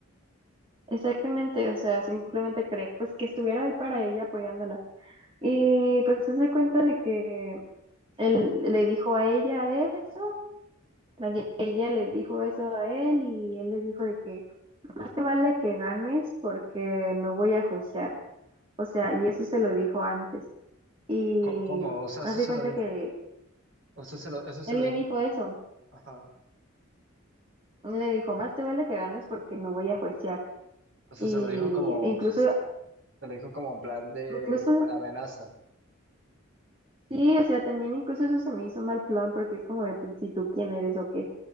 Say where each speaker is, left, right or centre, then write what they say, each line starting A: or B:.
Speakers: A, on the right (about 25°); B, on the right (about 60°).
A: exactamente, o sea, simplemente quería pues que estuviera ahí para ella apoyándola. Y pues se hace cuenta de que él le dijo a ella eso, más bien, ella le dijo eso a él y él le dijo de que no te vale que ganes porque no voy a juiciar. O sea, y eso se lo dijo antes. Y
B: Co- ¿Cómo? O sea,
A: hace
B: eso se
A: cuenta
B: lo dijo,
A: que
B: o sea, se lo, eso se
A: él
B: lo
A: le
B: dijo,
A: dijo eso.
B: ajá.
A: Él le dijo, más te vale que ganes porque no voy a juiciar.
B: O sea,
A: Y
B: se lo dijo como,
A: incluso,
B: se lo dijo como en plan de,
A: incluso,
B: como la amenaza.
A: sí, o sea, también incluso eso se me hizo mal plan porque es como de, pues, si tú quién eres o qué,